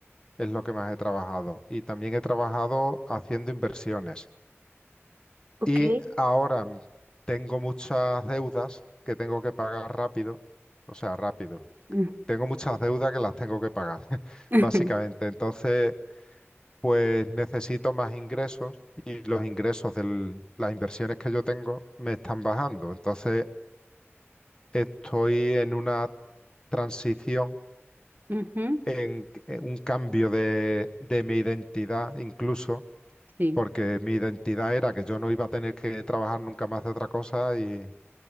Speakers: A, on the left; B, on the right.
A: es lo que más he trabajado, y también he trabajado haciendo inversiones.
B: Ok.
A: Y ahora mm, tengo muchas deudas que tengo que pagar rápido, o sea, rápido.
B: Mm.
A: Tengo muchas deudas que las tengo que pagar, <laughs>
B: <laughs>
A: básicamente. Entonces, pues necesito más ingresos y los ingresos de las inversiones que yo tengo me están bajando. Entonces, estoy en una transición,
B: Ujú,
A: en eh, un cambio de, de mi identidad incluso,
B: Sí.
A: porque mi identidad era que yo no iba a tener que trabajar nunca más de otra cosa y,